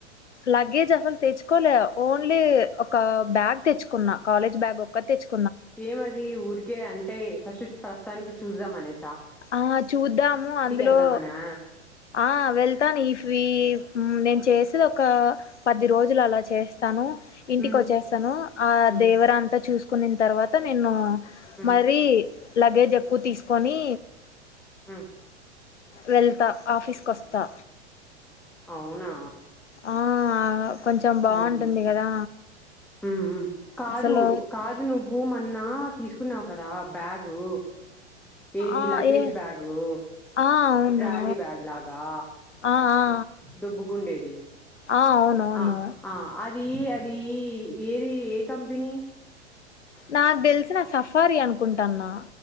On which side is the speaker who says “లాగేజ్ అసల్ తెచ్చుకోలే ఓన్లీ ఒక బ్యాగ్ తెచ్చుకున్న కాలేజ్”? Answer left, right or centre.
Left